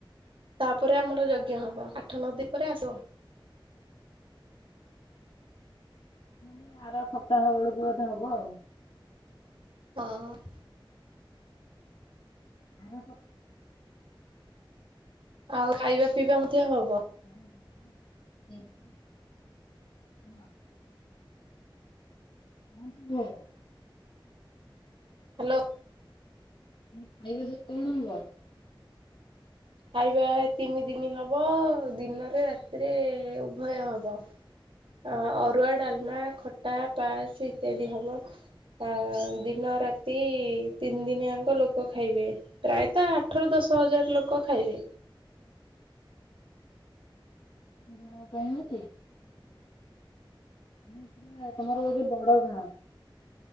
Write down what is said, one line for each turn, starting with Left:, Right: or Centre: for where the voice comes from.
Right: ତାପରେ ଆମର ଯଜ୍ଞ ହବ ଆଠ ନ ଦିନ ପରେ ଆସିବ।
Left: ସେ ଆର ସପ୍ତାହ ବେଳକୁ ବୋଧେ ହବ ଆଉ।
Right: ହଁ।
Left: ଆର ସପ୍
Right: ଆଉ ଖାଇବା ପିଇବା ମଧ୍ୟ ହବ।
Left: <inaudible> କଁ ସବୁ ହବ।
Right: ହାଲୋ।
Left: ମୁଁ କହିଲି ଖାଇବା କୁ କଣ ହବ।
Right: ଖାଇବା ତିନି ଦିନି ହବ ଦିନରେ ରାତିରେ ଉଭୟ ହବ। ଆଁ ଅରୁଆ, ଡାଲମା, ଖଟା, ପାସ୍ ଇତ୍ୟାଦି ହବ। ଅଁ ଦିନ ରାତି ତିନି ଦିନିଆଙ୍କ ଲୋକ ଖାଇବେ। ପ୍ରାୟତ ଆଠରୁ ଦଶ ହଜାର ଲୋକ ଖାଇବେ।
Left: ସୁଭଶ୍ରି ମ୍ୟାଡାମ ଆଉ ଫୋନ୍ କରିଥିଲେ। ମାନେ ପୁରା ତମର ବୋଧେ ବଡ ଗାଁ।